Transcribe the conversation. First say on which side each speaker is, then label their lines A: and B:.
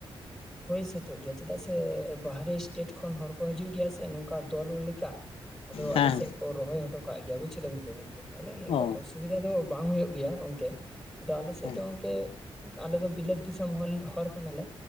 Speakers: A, in the centre; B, on the left (about 80°).
A: ᱦᱩᱭᱳ ᱥᱟᱹᱛᱚᱜ ᱜᱮᱭᱟ᱾ ᱪᱮᱫᱟᱜ ᱥᱮ ᱵᱟᱦᱨᱮ ᱥᱴᱮᱴ ᱠᱷᱚᱱ ᱦᱚᱲ ᱠᱚ ᱦᱤᱡᱩᱜ ᱜᱮᱭᱟ ᱥᱮ ᱱᱚᱝᱠᱟ ᱫᱚᱞ ᱞᱮᱠᱟ ᱟᱫᱚ
B: ᱦᱮᱸ
A: ᱟᱞᱮ ᱥᱮᱫ ᱠᱚ ᱨᱚᱦᱚᱭ ᱦᱚᱴᱚ ᱠᱟᱜ ᱜᱮᱭᱟ ᱵᱩᱡ ᱠᱮᱫᱟ ᱵᱮᱱ ᱛᱚ ᱜᱚᱝᱠᱮ। ᱛᱟᱦᱞᱮ ᱱᱚᱝᱠᱟ
B: ᱚ
A: ᱚᱥᱩᱵᱤᱫᱷᱟ ᱫᱚ ᱵᱟᱝ ᱦᱩᱭᱩᱜ ᱜᱮᱭᱟ ᱜᱚᱝᱠᱮ᱾ ᱟᱫᱚ ᱟᱞᱮ ᱥᱮᱫ
B: ᱦᱮᱸ
A: ᱫᱚ ᱜᱚᱝᱠᱮ ᱟᱞᱮ ᱫᱚ ᱵᱤᱞᱟᱹᱛ ᱫᱤᱥᱚᱢ ᱦᱚᱲ ᱦᱚᱲ ᱠᱟᱱᱟᱞᱮ।